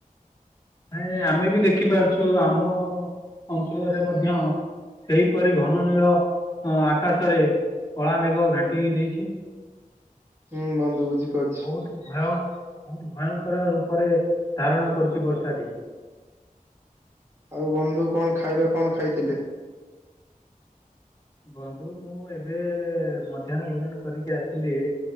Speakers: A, on the left; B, on the right.
A: ନାଇଁ ଆମେ ବି ଦେଖିପାରୁଛୁ ଆମ ଅଞ୍ଚଳରେ ମଧ୍ୟ ସେହିପରି ଘନ ନୀଳ ଆକାଶରେ କଳା ମେଘ ଘାଣ୍ଟି ହେଇ ଦେଇଛି।
B: ହୁଁ ବନ୍ଧୁ ବୁଝିପାରୁଛି
A: ବହୁତ ଭୟ ବହୁତୁ ଭୟଙ୍କର ରୂପରେ ଧାରଣ କରିଛି ବର୍ଷାଟି।
B: ଆଉ ବନ୍ଧୁ କଣ ଖାଇବା କଣ ଖାଇଥିଲେ?
A: ବନ୍ଧୁ ମୁଁ ଏବେ ମଧ୍ୟାହ୍ନ ଭୋଜନ କରିକି ଆସିଲି।